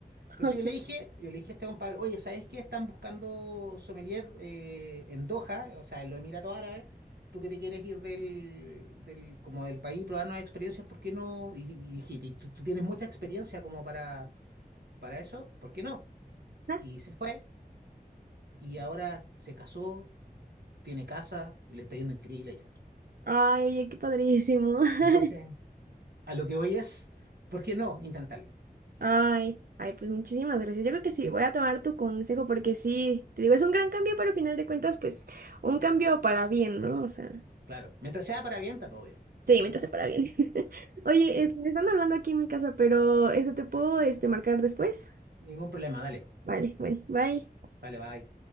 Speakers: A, on the right; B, on the right.
A: Entonces
B: <laughs> ok.
A: yo le dije, yo le dije a este compadre, oye, ¿sabes qué? Están buscando sommelier eh, en Doha, o sea, en los Emiratos Árabes. Tú que te quieres ir del, del, como del país, probar nuevas experiencias, ¿por qué no? Y, y dije, "Ti- tú, tú tienes mucha experiencia como para, para eso, ¿por qué no?
B: Ajá.
A: Y se fue, y ahora se casó, tiene casa, y le está yendo increíble allá.
B: Ay, oye, qué padrísimo. <laughs>
A: Entonces, a lo que voy es, ¿por qué no intentarlo?
B: Ay, ay, pues muchísimas gracias. Yo creo que sí, voy a tomar tu consejo porque sí, te digo, es un gran cambio, pero al final de cuentas, pues, un cambio para bien, ¿no? O sea.
A: Claro, mientras sea para bien, está todo bien.
B: Sí, mientras se para bien. <laughs> Oye,
A: Sí.
B: este, me están hablando aquí en mi casa, pero este, ¿te puedo este, marcar después?
A: Ningún problema, dale,
B: Vale, bueno, bye.
A: dale, bye.